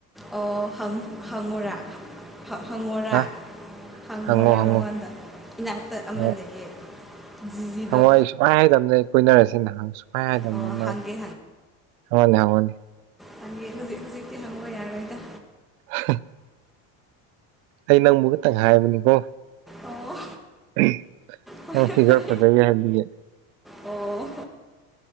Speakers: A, in the centre; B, on the right.
A: ꯑꯣ ꯍꯪ ꯍꯪꯉꯣꯔꯥ ꯍ ꯍꯪꯉꯣꯔꯥ
B: ꯍꯥ
A: ꯍꯪꯉꯣꯔꯥ
B: ꯍꯪꯉꯣ ꯍꯪꯉꯣ
A: ꯃꯉꯣꯟꯗ ꯏꯅꯥꯛꯇ ꯑꯃ
B: ꯍꯪꯉꯣ
A: ꯂꯩꯌꯦ ꯖꯤꯖꯤꯗꯣ
B: ꯍꯪꯉꯣ ꯑꯩ ꯁꯨꯛꯍꯥꯏ ꯍꯥꯏꯗꯕꯅꯦ ꯑꯩ ꯀꯣꯏꯅꯔꯁꯦꯅ ꯁꯨꯡꯍꯥꯏ ꯍꯥꯏꯗꯕꯅꯤ
A: ꯑꯣ
B: ꯃꯥꯕꯨ
A: ꯍꯪꯒꯦ
B: ꯍꯪꯉꯣꯅꯦ ꯍꯪꯉꯣꯅꯦ
A: ꯍꯥꯏꯗꯤ ꯍꯧꯖꯤꯛ ꯍꯧꯖꯤꯛꯀꯤ ꯍꯪꯕ ꯌꯥꯔꯣꯏꯗ
B: <unintelligible> ꯑꯩ ꯅꯪꯕꯨ ꯇꯪꯈꯥꯏ ꯍꯥꯏꯕꯅꯤꯀꯣ
A: ꯑꯣ
B: <unintelligible>
A: ꯍꯣꯏ
B: ꯅꯪ ꯐꯤꯒꯔ
A: ꯍꯣꯏ
B: ꯐꯖꯅꯤ ꯍꯥꯏꯕꯤꯒꯦ
A: ꯑꯣ